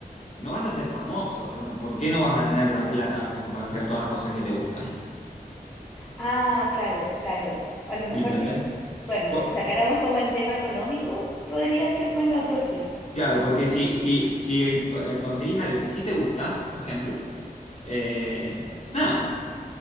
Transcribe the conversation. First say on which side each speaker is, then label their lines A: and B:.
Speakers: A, on the left (about 45°); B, on the left (about 20°).
A: No vas a ser famoso, pero ¿por qué no vas a tener la plata como para hacer todas las cosas que te gustan?
B: Ah, claro, claro. A lo mejor
A: ¿Me entendés?
B: si, bueno,
A: Por-
B: si sacáramos como el tema económico, podría ser más la otra opción.
A: Claro, porque si, si, si co- eh, conseguís algo que sí te gusta, por ejemplo, eh, nada,